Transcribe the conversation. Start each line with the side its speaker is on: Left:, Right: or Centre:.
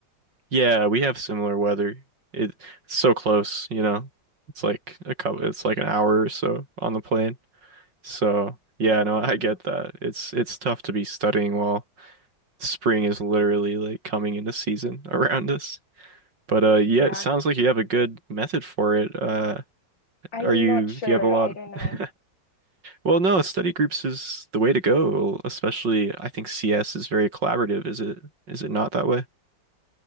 Right: Yeah, we have similar weather. It- It's so close, you know. It's like a couple, it's like an hour or so on the plane. So, yeah,
Left: Oh,
Right: no,
Left: yeah.
Right: I get that. It's it's tough to be studying while spring is literally like coming into season <laughs> around us. But uh yeah,
Left: Yeah.
Right: it sounds like you have a good method for it. Uh
Left: I'm
Right: are you
Left: not sure.
Right: do you have a lot
Left: I don't know.
Right: <laughs> Well, no, study groups is the way to go, especially I think CS is very collaborative. Is it is it not that way?